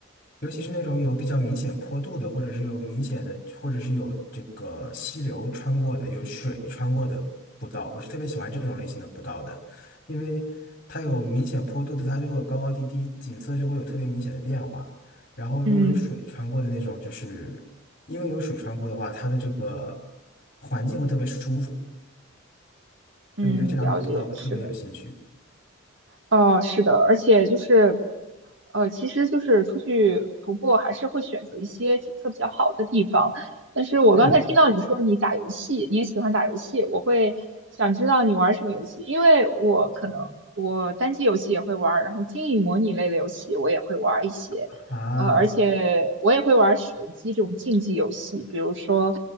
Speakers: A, on the left (about 45°); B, on the right (about 65°).
A: 尤其是那种有比较明显坡度的，或者是有明显的，或者是有这个溪流穿过的，有水穿过的步道，我是特别喜欢这种类型的步道的，因为它有明显坡度的，它就会有高高低低，景色就会有特别明显的变化。然后如果有水穿过的那种，
B: 嗯，
A: 就是因为有水穿过的话，它的这个环境会特别舒服，
B: 嗯，
A: 所以我对这两种步道会特别有兴趣。
B: 了解，是的。呃，是的，而且就是，呃，其实就是出去徒步还是会选择一些景色比较好的地方。但是我刚才听到你说你打游戏，
A: 嗯
B: 你也喜欢打游戏，我会想知道你玩什么游戏，因为我可能我单机游戏也会玩然后经营模拟类的游戏我也会玩一些，
A: 啊
B: 呃，而且我也会玩手机这种竞技游戏，比如说，